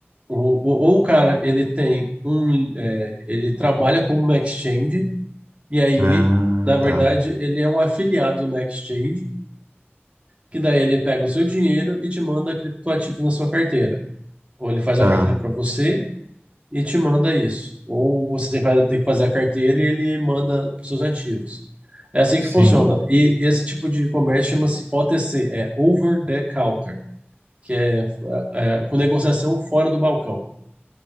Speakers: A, on the right (about 30°); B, on the right (about 65°).
A: o- o- ou o cara ele tem um, é, ele trabalha como uma exchange e aí,
B: Ah,
A: na verdade,
B: tá,
A: ele é um afiliado de uma exchange que daí ele pega o seu dinheiro e te manda criptoativos na sua carteira. Ou ele faz
B: tá.
A: uma carteira para você e te manda isso. Ou você tem que fa- tem que fazer a carteira e ele manda para seus ativos. É assim
B: Sim.
A: que funciona. E esse tipo de comércio chama-se OTC, é Over the Counter, que é, é, é com negociação fora do balcão.